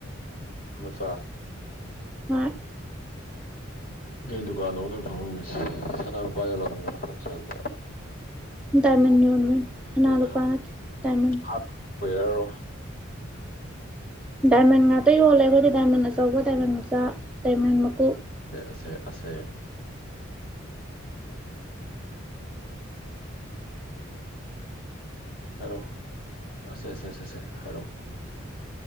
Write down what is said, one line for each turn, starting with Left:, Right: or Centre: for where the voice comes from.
Left: ꯃꯤꯃꯆꯥ꯫
Centre: ꯃꯥꯏꯠ꯫
Left: ꯀꯩ ꯗꯨꯀꯥꯟꯅꯣꯕ ꯅꯣꯏ ꯐꯃꯝꯃꯤꯖꯦ ꯁꯅꯥ ꯂꯨꯄꯥ ꯌꯣꯜꯂꯝꯃꯤꯔꯣ ꯅꯠꯇ꯭ꯔꯒ
Centre: ꯗꯥꯏꯃꯟ
Left: <unintelligible>
Centre: ꯌꯣꯟꯕꯅꯤ ꯁꯅꯥ ꯂꯨꯄꯥ ꯅꯠꯇꯦ ꯗꯥꯏꯃꯟ
Left: ꯍꯥꯠ ꯋꯥꯌꯥꯔꯔꯣ
Centre: ꯗꯥꯏꯃꯟ ꯉꯥꯛꯇ ꯌꯣꯜꯂꯦ ꯑꯩꯈꯣꯏꯗꯤ ꯗꯥꯏꯃꯟ ꯑꯆꯧꯕ ꯗꯥꯏꯃꯟ ꯃꯆꯥ ꯗꯥꯏꯃꯟ ꯃꯀꯣꯛ
Left: ꯁꯦ ꯑꯁꯦ ꯑꯁꯦ ꯍꯥꯏꯔꯣ ꯑꯦꯁꯦꯁꯦꯁꯦꯁꯦ ꯍꯥꯏꯔꯣ